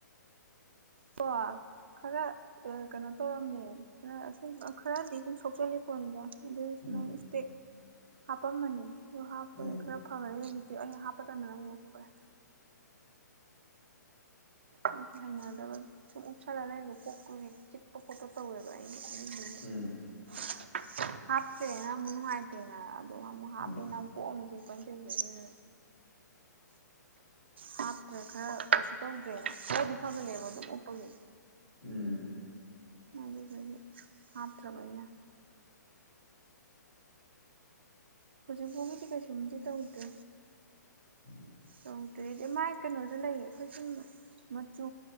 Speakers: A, on the right; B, in the centre.
A: <unintelligible> ꯈꯔ ꯑ ꯀꯩꯅꯣ ꯇꯧꯔꯝꯃꯦ ꯈꯔ ꯁꯨꯝ ꯈꯔꯗꯤ ꯁꯨꯝ ꯁꯣꯛꯆꯜꯂꯤ ꯄꯣꯠꯅꯤꯗ ꯑꯗꯨ ꯁꯨꯃꯥꯏꯅ
B: ꯎꯝ
A: ꯏꯁꯇꯦꯛ ꯍꯥꯞꯄꯝꯃꯅꯤ ꯑꯗꯨ ꯍꯥꯞꯄꯒ
B: ꯎꯝ
A: ꯈꯔ ꯐ <unintelligible> ꯑꯩꯩꯅ ꯍꯥꯞꯄ ꯇꯟꯗꯅ ꯑꯃꯨꯛ ꯂꯧꯊꯣꯛꯈ꯭ꯔꯦ ꯁꯨꯝ ꯍꯩꯅꯗꯕꯒꯤ ꯁꯨꯝ ꯎꯞꯁꯜꯂꯒ ꯂꯩꯕ ꯀꯣꯛꯇꯨ ꯀꯤꯛꯄ ꯈꯣꯠꯄ ꯇꯧꯋꯦꯕ ꯑꯩꯒꯤ <unintelligible>
B: ꯎꯝ
A: ꯍꯥꯄꯇ꯭ꯔꯦꯅ ꯑꯃꯨꯛ ꯅꯨꯉꯥꯏꯇ꯭ꯔꯦꯅ ꯑꯗꯨ ꯑꯃꯨꯛ ꯍꯥꯞꯄꯦꯅ
B: ꯎꯝ
A: ꯀꯣꯛ ꯑꯃꯨꯛ ꯆꯤꯛꯄꯅꯦ ꯇꯧꯔꯤꯁꯦ <unintelligible> ꯍꯥꯞꯇ꯭ꯔꯦ ꯈꯔ ꯀꯩꯁꯨ ꯇꯧꯗ꯭ꯔꯦ ꯈꯔꯗꯤ ꯐꯒꯂꯦꯕ ꯑꯗꯨꯝ ꯎꯞꯄꯒꯤ
B: ꯎꯝ
A: ꯑꯗꯨꯗꯨꯒꯤ ꯍꯥꯠꯇ꯭ꯔꯕ ꯑꯩꯅ ꯍꯧꯖꯤꯛꯐꯥꯎꯒꯤꯗꯤ ꯀꯩꯁꯨꯝꯗꯤ ꯇꯧꯗ꯭ꯔꯦ
B: <inaudible>
A: ꯇꯧꯗ꯭ꯔꯦ ꯑꯗꯨ ꯃꯥꯏ ꯀꯩꯅꯣꯁꯨ ꯂꯩꯌꯦ ꯑꯩꯈꯣꯏ ꯁꯨꯝ ꯃꯆꯨ